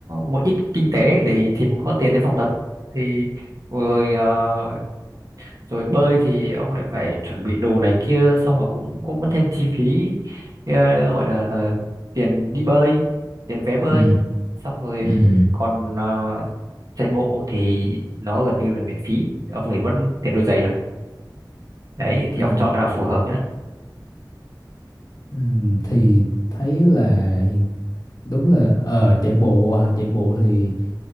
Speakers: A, on the right; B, on the left.
A: một ít kinh tế để thì mới có tiền đến phòng tập thì rồi ờ, rồi bơi thì ông lại phải chuẩn bị đồ này kia xong rồi cũng cũng mất thêm chi phí ờ, gọi là ờ, tiền đi bơi tiền vé bơi
B: Ừ,
A: xong rồi
B: ừ,
A: còn ờ, chạy bộ thì nó gần như là miễn phí ông phải mất tiền đôi giày thôi đấy thì
B: Ừ,
A: ông chọn cái nào phù hợp nhé
B: ừ, thì thấy là hiện đúng là ờ, chạy bộ à, chạy bộ thì